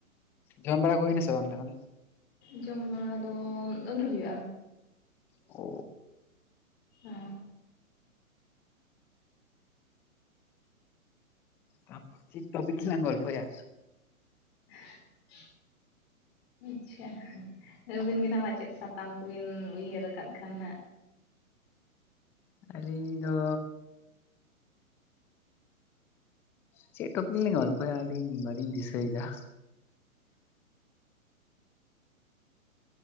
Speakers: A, in the centre; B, on the left.
A: ᱡᱚᱢ ᱵᱟᱲᱟ ᱠᱚ ᱦᱩᱭᱱᱟ ᱥᱮ ᱵᱟᱝ ᱛᱟᱦᱚᱞᱮ?
B: ᱡᱚᱢ ᱵᱟᱲᱟ ᱫᱚ ᱟᱹᱣᱨᱤ ᱦᱩᱭᱩᱜ-ᱟ᱾
A: ᱳ᱾
B: ᱦᱮᱸ᱾
A: ᱴᱟᱯ ᱪᱮᱫ ᱴᱚᱯᱤᱠ ᱞᱟᱝ ᱜᱚᱞᱯᱷᱚᱭᱟ?
B: <inaudible> ᱟᱪᱪᱷᱟ, ᱟᱹᱵᱤᱱ ᱜᱮ ᱱᱟᱜ ᱢᱟ ᱪᱮᱫ ᱥᱟᱛᱟᱢ ᱠᱚ ᱵᱤᱱ ᱩᱭᱦᱟᱹᱨ ᱟᱠᱟᱫ ᱠᱷᱟᱱ ᱦᱟᱜ ᱾
A: ᱟᱹᱞᱤᱧ ᱫᱚ ᱪᱮᱫ ᱴᱚᱯᱤᱠ ᱞᱤᱧ ᱜᱚᱞᱯᱚᱭᱟ ᱟᱹᱞᱤᱧ ᱵᱟᱞᱤᱧ ᱫᱤᱥᱟᱹᱭᱮᱫᱟ ᱾